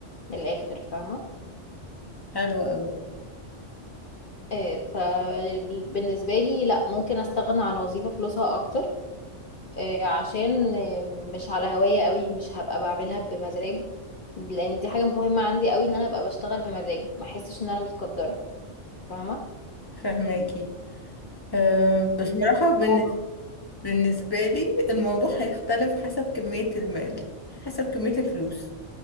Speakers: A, on the left (about 45°); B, on the left (about 20°).
A: من الآخر فاهمة
B: حلو أوي
A: آه، فبالنسبة لي لا ممكن استغنى عن وظيفة فلوسها اكتر آه، عشان آه، مش على هواية قوي مش هبقى بعملها بمزاج لان دي حاجة مهمة عندي قوي ان انا ابقى بشتغل بمزاج ما احسش ان انا متقدرة فاهمة
B: فهماكي أه بصراحة بالنس-
A: فموقف
B: بالنسبة لي الموضوع هيختلف حسب كمية المال حسب كمية الفلوس